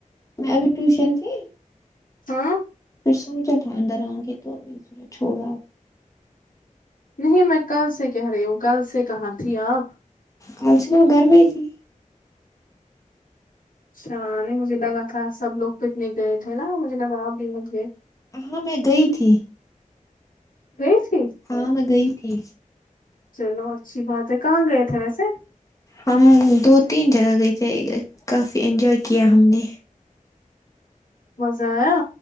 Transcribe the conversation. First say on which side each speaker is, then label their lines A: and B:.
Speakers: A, on the left; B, on the left.
A: میں ابھی ٹیوشن تھی
B: ہاں
A: پھر سوچا تھا اندر آؤ گے تو اس نے چھوڑا
B: نہیں میں کل سے کہہ رہی ہوں کل سے کہاں تھی آپ
A: میں ایکچولی گھر میں ہی تھی
B: اچھا نہیں مجھے لگا تھا سب لوگ پکنک گئے تھے نا مجھے لگا آپ بھی مت گئے
A: ہاں میں گئی تھی
B: گیی تھی
A: ہاں میں گئی تھی
B: چلو اچھی بات ہے کہاں گئے تھے ویسے
A: ہم دو تین جگہ گئے تھے کافی انجوائے کیا ہم نے
B: مزہ آیا